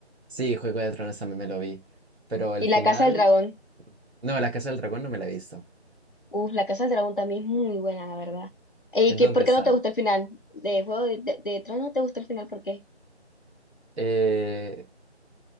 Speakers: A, on the right; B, on the left.
A: Sí, Juego de Tronos también me lo vi, pero el
B: Y
A: final...
B: La Casa del Dragón.
A: No, La Casa del Dragón no me la he visto.
B: Uf, La Casa del Dragón también es muy buena, la verdad. ¿Y
A: ¿En
B: qué,
A: dónde
B: por
A: está?
B: qué no te gusta el final? De Juego de, de, de Tronos no te gusta el final, ¿por qué?
A: Eh,